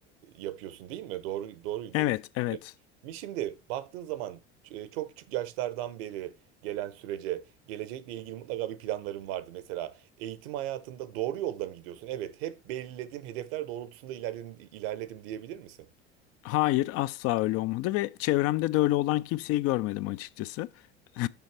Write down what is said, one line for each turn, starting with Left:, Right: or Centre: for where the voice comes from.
Right: yapıyorsun değil mi? Doğru, doğru
Left: Evet,
Right: değil mi?
Left: evet.
Right: Mi şimdi baktığın zaman e, çok küçük yaşlardan beri gelen sürece gelecekle ilgili mutlaka bir planların vardı. Mesela eğitim hayatında doğru yolda mı gidiyorsun? Evet, hep belirlediğim hedefler doğrultusunda ilerledim, ilerledim diyebilir misin?
Left: Hayır, asla öyle olmadı ve çevremde de öyle olan kimseyi görmedim açıkçası. <laughs>